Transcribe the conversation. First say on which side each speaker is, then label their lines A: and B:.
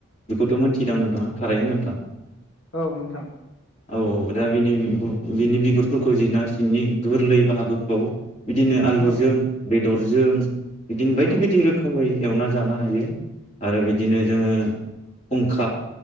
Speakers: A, on the left (about 30°); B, on the left (about 90°).
A: बेखौथ' मोनथि गोदां नोंथाङा थाराय होनोब्ला
B: औ नोंथां
A: औ औ दा बिनि बिनि बिगुरफोरखौ जिरना सिंनि गोरलै बाहागोखौ बिदिनो आलुजों
B: औ
A: बेदरजों जों बिदिनो बायदि
B: औ
A: बायदि रोखोमै एवना जानो हायो आरो बिदि बिदिनो जोङो फुंखा